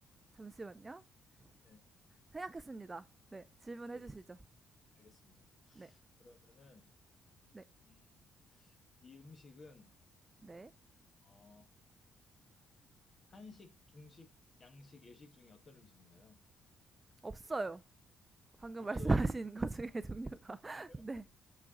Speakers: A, on the right; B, on the left.
A: 잠시만요.
B: 네,
A: 생각했습니다. 네, 질문해
B: 오케이,
A: 주시죠.
B: 알겠습니다.
A: 네,
B: 그러면은
A: 네,
B: 음, 이 음식은
A: 네.
B: 어, 한식, 중식, 양식, 일식 중에 어떤 음식인가요?
A: 없어요. 방금
B: 없어요?
A: <laughs> 말씀하신 것 중에 <laughs> 종류가. <laughs>
B: 그래요?
A: 네,